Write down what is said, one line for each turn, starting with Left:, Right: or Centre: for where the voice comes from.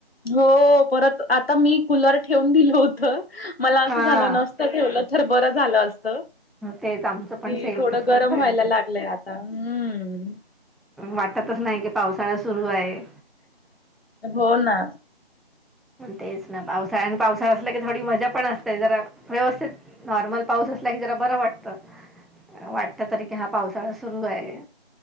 Left: हो परत आता मी कुलर ठेवून दिलं होत मला असं
Centre: हा
Left: झालं नस त ठेवलं तर बरं झालं असत.
Centre: तेच आमचं पण
Left: की
Centre: सेम
Left: थोडं
Centre: तसच
Left: गरम व्हायला लागलय आता हम्म
Centre: वाटतच नाही की पावसाळा सुरु आहे.
Left: हो ना
Centre: तेच ना पावसाळा आणि पावसाळा असला की थोडी मजा पण असते जरा व्यवस्थित नॉर्मल पाऊस असला की जरा बर वाटत. वाटत तरी की हा पावसाळा सुरु आहे.